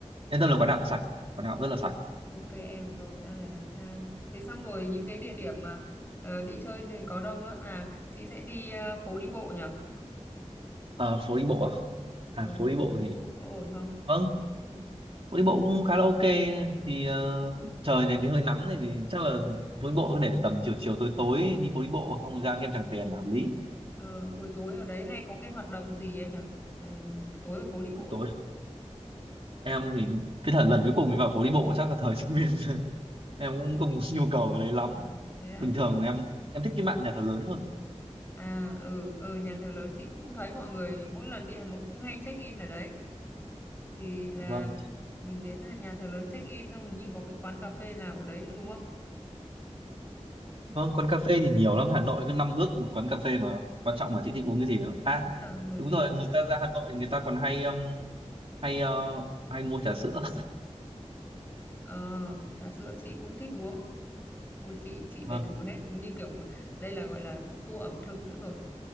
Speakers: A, on the right; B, on the left.
A: yên tâm là quán nào cũng sạch quán nào cũng rất là sạch
B: Ok em rồi, em là hàng than. Thế xong rồi những cái địa điểm mà ờ, đi chơi này có đâu nữa? À, chị sẽ đi ờ, phố đi bộ nhở?
A: Ờ, phố đi bộ à? À
B: Ừ,
A: phố đi bộ
B: phố đi
A: thì
B: bộ có ổn không?
A: vâng phố đi bộ cũng khá là ok thì ờ, trời này thì hơi nắng này thì chắc là phố đi bộ cứ để tầm chiều chiều tối tối đi phố đi bộ xong rồi ra ăn kem Tràng Tiền là hợp lý
B: Ờ, buổi tối ở đấy hay có cái hoạt động gì em nhở? Ừ, tối ở phố đi bộ
A: buổi
B: ấy.
A: tối em thì cái thời lần cuối cùng em vào phố đi bộ chắc là thời sinh viên rồi <laughs> em cũng không có nhu cầu về đấy lắm
B: Thế à,
A: bình thường
B: chị...
A: em em thích cái mạn nhà thờ lớn hơn
B: À, ừ, ừ, nhà thờ lớn chị cũng thấy mọi người mỗi lần đi Hà Nội cũng hay check in ở đấy. Thì là
A: vâng
B: mình đến nhà thờ lớn check in xong hình như có cái quán cà phê nào ở đấy nữa đúng không?
A: Vâng, quán cà phê thì nhiều lắm. Hà Nội cứ năm bước một quán cà phê mà. Quan trọng là chị thích uống cái gì nữa. À,
B: Đúng là nổi
A: đúng
B: tiếng.
A: rồi, người ta ra Hà Nội người ta còn hay um, hay ờ, hay mua trà sữa.
B: Ờ, trà sữa chị cũng thích uống Ôi chị chị
A: <laughs> Vâng,
B: phải thử hết như kiểu mà, đây là gọi là tour ẩm thực nữa rồi.